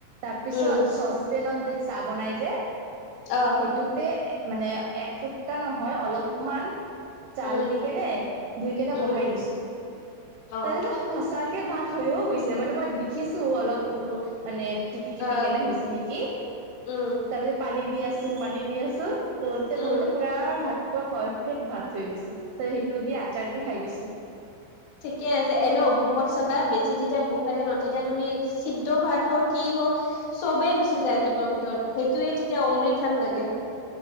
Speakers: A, on the right; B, on the left.
A: তাৰপিছত
B: উম
A: চচপেনত যে চাহ বনাই যে
B: অহ। <inaudible>
A: এইটোতে মানে এক ফুটা নহয়, অলপমান <inaudible> জাল
B: উম
A: দি কেনে, ধুই কেনে
B: উম,
A: বহাই দিছো। <inaudible>
B: অ',
A: তেনেকে সঁচাকে ভাত হৈয়ো গৈছে মানে মই দেখিছো অলপ <inaudible> মানে টিপি-টিপি
B: অ',
A: কেনে হৈছে নেকি?
B: উম,
A: তাৰ পিছত পানী দি আছো, পানী দি আছো <inaudible> কৰোতে-কৰোতে
B: উম,
A: পুৰা ভাতটো পুৰা পাৰফেক্ট ভাত হৈ গৈছে। ত' সেইটো দি আচাৰ দি খাই দিছো। <inaudible>
B: ঠিকেই আছে, এনেও ভোকত চাবা বেছি যেতিয়া ভোক <inaudible> লাগে ন, তেতিয়া তুমি চিদ্ধ ভাত হ‌ওক কি হওক <inaudible> চবেই গুচি যায় পেটৰ ভিতৰত, সেইটোৱেই তেতিয়া অমৃত হেন লাগে। <inaudible>